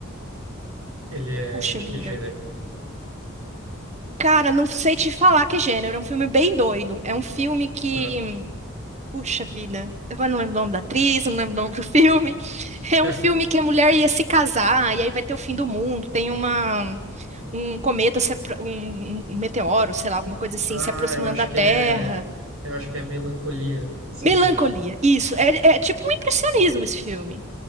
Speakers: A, on the right; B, on the right.
A: Ele é
B: Puxa
A: de que
B: vida.
A: gênero?
B: Cara, não sei te falar que gênero. É um filme bem doido. É um filme que.
A: Aham.
B: Puxa vida. Agora eu não lembro o nome da atriz, não lembro o nome do filme. É
A: <laughs>
B: um filme que a mulher ia se casar e aí vai ter o fim do mundo. Tem uma um cometa, se apro- um, um um meteoro, sei lá, alguma coisa assim,
A: Ah,
B: se aproximando
A: eu acho
B: da
A: que
B: Terra.
A: é, eu acho que é melancolia, se
B: Melancolia.
A: eu não me engano.
B: Isso. É, é tipo um impressionismo esse filme.